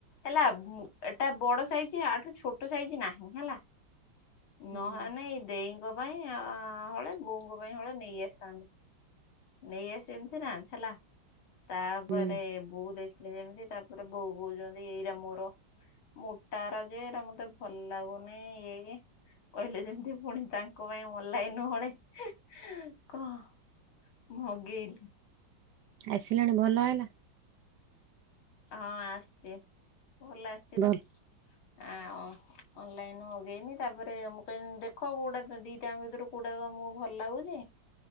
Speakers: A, on the left; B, on the right.
A: ହେଲା ବୁଁ ଏଟା ବଡ ସାଇଜ ଆଠୁ ଛୋଟ ସାଇଜ ନାହିଁ ହେଲା।
B: ହୁଁ
A: ନହେନେ ଏଇ ଦେଇଙ୍କ ପାଇଁ ଆଉ ହଳେ ବୋଉଙ୍କ ପାଇଁ ହଳେ ନେଇ ଆସିଥାନ୍ତି। ନେଇ ଆସିନ ସିନା ହେଲା ତାପରେ
B: ହୁଁ
A: ବୋଉ ଦେଖ ଏଟା ଯେମିତି ତାପରେ ବୋଉ କହୁଚନ୍ତି ଏଇଟା ମୋର। ମୋଟା ଏରା ଯେ ଏଇଟା ମତେ ଭଲ ଲାଗୁନି। ଇଏ-ଇଏ କହିଲେ ଯେମିତି ପୁଣି ତାଙ୍କ ପାଇଁ ଅଲନାଇନ ରୁ ହଳେ ହେଁ ହେଁ କହ ମୁଁ ମଗେଇଲି।
B: ଆସିଲାଣି ଭଲ ହେଲା।
A: ହଁ ଆସଚି ଭଲ ଆସିଚି
B: ଭଲ।
A: ତ। ଆ ଅ ଅନଲାଇନ ରୁ ମଗେଇନି ତାପରେ ମୁଁ କହିନି ଦେଖ କୋଉଟା ଦ ଦିଟାଙ୍କ ଭିତରୁ କୋଉଟାକୁ ତମ କୁ ଭଲ ଲାଗୁଚି।